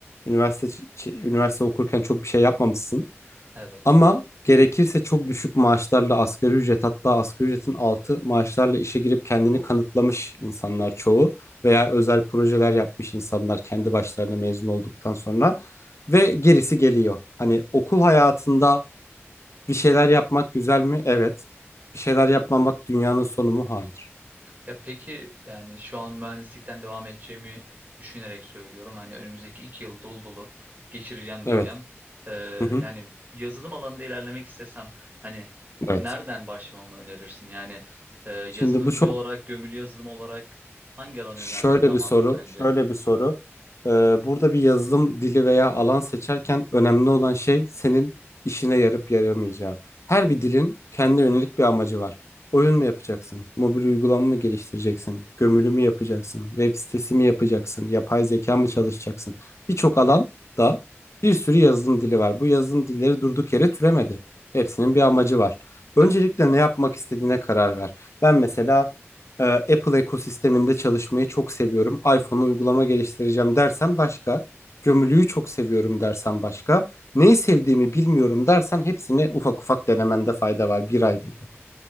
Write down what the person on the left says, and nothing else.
Üniversite, ç- ç- üniversite okurken çok bir şey yapmamışsın.
Ama gerekirse çok düşük maaşlarla asgari ücret hatta asgari ücretin altı maaşlarla işe girip kendini kanıtlamış insanlar çoğu veya özel projeler yapmış insanlar kendi başlarına mezun olduktan sonra ve gerisi geliyor. Hani okul hayatında bir şeyler yapmak güzel mi? Evet. Bir şeyler yapmamak dünyanın sonu mu? Hayır.
Evet.
Hı hı.
Evet.
Şimdi bu çok
Şöyle
bir
soru,
şöyle bir soru. Ee, burada bir yazılım dili veya alan seçerken önemli olan şey senin işine yarıp yaramayacağı. Her bir dilin kendine yönelik bir amacı var. Oyun mu yapacaksın? Mobil uygulama mı geliştireceksin? Gömülü mü yapacaksın? Web sitesi mi yapacaksın? Yapay zeka mı çalışacaksın? Birçok alanda bir sürü yazılım dili var. Bu yazılım dilleri durduk yere türemedi. Hepsinin bir amacı var.
Öncelikle ne yapmak istediğine karar ver. Ben mesela e, Apple ekosisteminde çalışmayı çok seviyorum. iPhone'a uygulama geliştireceğim dersen başka. Gömülüyü çok seviyorum dersen başka. Neyi sevdiğimi bilmiyorum dersen hepsini ufak ufak denemende fayda var. Bir ay bir ay.